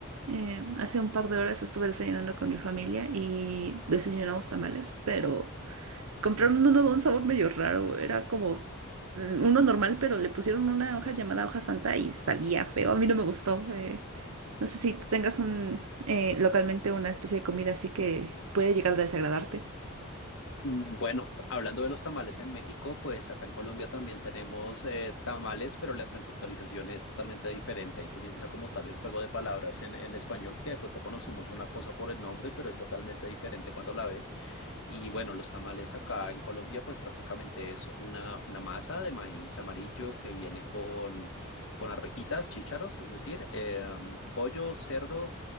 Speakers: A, on the right; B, on the left.
A: Eh, hace un par de horas estuve desayunando con mi familia y desayunamos tamales, pero compraron uno de un sabor medio raro. Era como mm, uno normal, pero le pusieron una hoja llamada hoja santa y sabía feo. A mí no me gustó. eh. no sé si tú tengas un eh, localmente una especie de comida así que puede llegar a desagradarte.
B: Mm, Bueno, hablando de los tamales en México, pues acá en Colombia también tenemos eh, tamales, pero la conceptualización es totalmente diferente. Ahí comienza como tal el juego de palabras en, en español, que de pronto conocemos una cosa por el nombre, pero es totalmente diferente cuando la ves. Y bueno, los tamales acá en Colombia, pues prácticamente es una, una masa de maíz amarillo que viene con, con arvejitas, chícharos, es decir, eh, pollo, cerdo